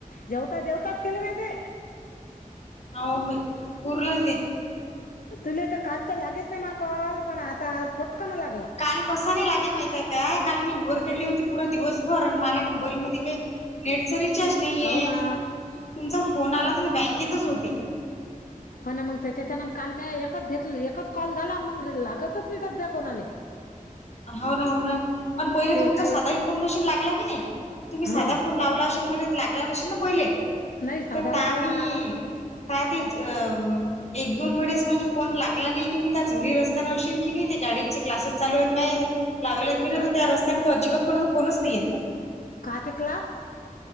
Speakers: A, on the left; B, on the left.
A: जेवता जेवताच केलं मी ते.
B: हाऊ बाई. पूर्र ते
A: तुले तर काल तर लागेच नाही महा कॉल. पण आता आज फटकन लागला.
B: काल कस नाही लागे महितय काय? काल मी हिवरखेडली होती पुरा दिवसभर आणि मला मोबाईल मधी काही नेटचा रिचार्ज नाहीये.
A: हो ना
B: तुमचा फोन आला तर मी बँकेतच होती.
A: हो ना. मग त्याच्याच्यान काल मी एकच घेतलं एकच कॉल झाला मग लागतच नही सध्या कोणाले.
B: हो ना हो ना. पण पहिले
A: ते
B: तुमचा
A: काही
B: सादाही फोन कोणाशी लागला की नाही? तुम्ही साधा
A: हां
B: फोन लावला असशेल मले त लागला नशील ना पहिले.
A: नाही साधा
B: तर ता
A: लागला
B: मी ता तिच अ एक दोन वेळेस म्हणजे फोन लागला नाही की मी त्या झरी रस्त्याना अशन की नाही ते गाडीचे क्लासेस चालू आहेत. नाही. लावालेत मी ना
A: का
B: तर त्या रस्त्याने तो अजिबात कोणा फोनच नाही येत.
A: काहाचे क्लास?